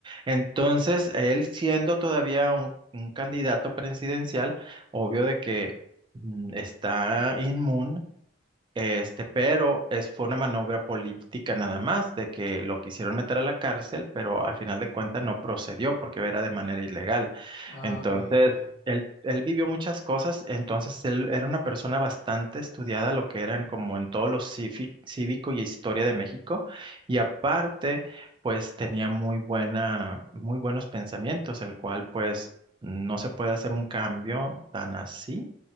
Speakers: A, on the right; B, on the left.
A: Entonces, él siendo todavía un, un candidato presidencial, obvio de que mm, está inmune este, pero es, fue una maniobra política nada más, de que lo quisieron meter a la cárcel, pero al final de cuentas no procedió porque era de manera ilegal.
B: Ah,
A: Entonces,
B: ok, ok.
A: él, él vivió muchas cosas, entonces él era una persona bastante estudiada, lo que eran como en todo lo cífi- cívico y historia de México, y aparte, pues tenía muy buena, muy buenos pensamientos, el cual pues no se puede hacer un cambio tan así,